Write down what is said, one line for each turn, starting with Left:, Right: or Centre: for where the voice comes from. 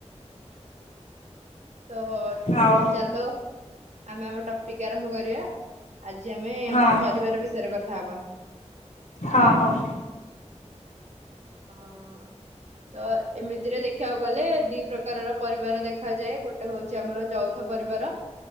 Right: ତ
Left: ହୁଁ ଆଉ
Right: ଚାଲ ଆମେ ଆମ ଟପିକ ଆରମ୍ଭ କରିବା। ଆଜି ଆମେ
Left: ହଁ।
Right: ଆମ ପରିବାର ବିଷୟରେ କଥା ହବା।
Left: ହଁ ହଉ।
Right: ହଁ ତ ଏମିତିରେ ଦେଖିବାକୁ ଗଲେ ଦି ପ୍ରକାରର ପରିବାର ଦେଖାଯାଏ, ଗୋଟ ଗୋଟେ ହଉଛି ଆମର ଯୌଥ ପରିବାର,